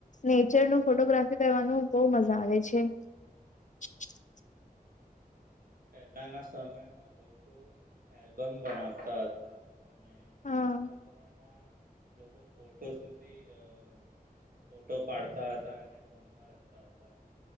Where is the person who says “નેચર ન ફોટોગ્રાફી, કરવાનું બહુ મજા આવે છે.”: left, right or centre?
Left